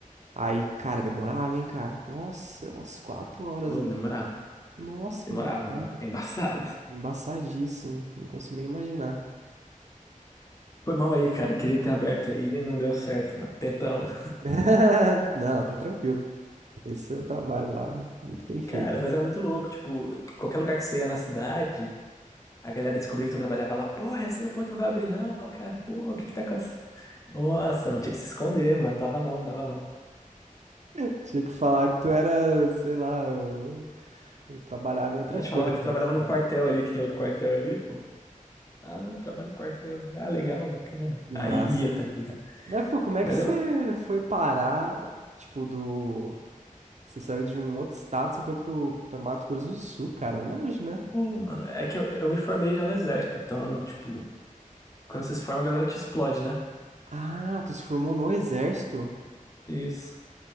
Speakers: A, on the right (about 55°); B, on the left (about 25°).
A: Aí, cara, demorava, hein, cara? Nossa, umas quatro horas
B: Pô,
A: ali.
B: demorava.
A: de- Nossa,
B: Demorava,
A: me demorado.
B: mano. É embaçado.
A: Embaçadíssimo. Não consigo nem imaginar.
B: Foi mal aí, cara. Queria ter aberto aí e não deu certo, mano. Tentamos.
A: <laughs> Não, tá tranquilo. Esse é o trabalho lá, muito bem feito.
B: Cara, mas era muito louco. Tipo, qualquer lugar que você ia na cidade. A galera descobriu que tu trabalhava lá. Porra, esse aeroporto não vai abrir não, cara. Pô, o que que tá acontecendo? Nossa, mano, tinha que se esconder, mano. Dava não, dava não.
A: <laughs> Tinha que falar que tu era, sei lá, eu, eu trabalhava em outra
B: A gente
A: coisa,
B: falava que trabalhava
A: assim.
B: no quartel ali, que tem outro quartel ali, pô. Ah, não, eu trabalho no quartel ali. Ah, legal, bacana.
A: Que
B: Aí
A: massa.
B: ia, tá ligado?
A: Mas, pô, como é
B: Mas
A: que você
B: é maneiro.
A: foi parar, tipo, do... Você saiu de um outro estado, você foi pro... pra Mato Grosso do Sul, cara, longe, né?
B: Pô, mano, é que eu, eu me formei já no exército, então, tipo, quando você se forma, a galera te explode, né?
A: Ah, tu se formou no Exército?
B: Isso.